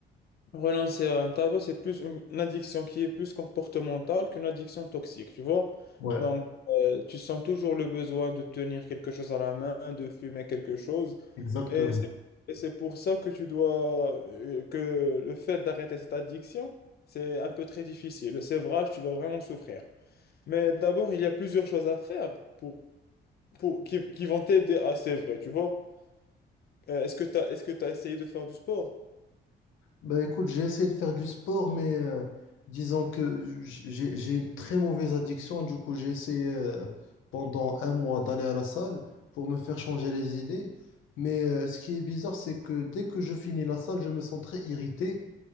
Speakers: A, on the left; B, on the left.
A: Renoncer à un tabac, c'est plus une une addiction qui est plus comportementale qu'une addiction toxique, tu vois.
B: Ouais,
A: Donc, euh, tu sens toujours le besoin de tenir quelque chose à la main, de fumer quelque chose.
B: exactement.
A: Et c'est et c'est pour ça que tu dois, euh, que le fait d'arrêter cette addiction, c'est un peu très difficile. Le sévrage, tu vas vraiment souffrir. Mais d'abord, il y a plusieurs choses à faire pour, pour, qui, qui vont t'aider à sévrer, tu vois. Euh, est-ce que tu as, est-ce que tu essayé de faire du sport?
B: Bah écoute, j'ai essayé de faire du sport, mais euh, disons que j'ai j'ai une très mauvaise addiction. Du coup, j'ai essayé euh, pendant un mois d'aller à la salle pour me faire changer les idées. Mais euh, ce qui est bizarre, c'est que dès que je finis la salle, je me sens très irrité.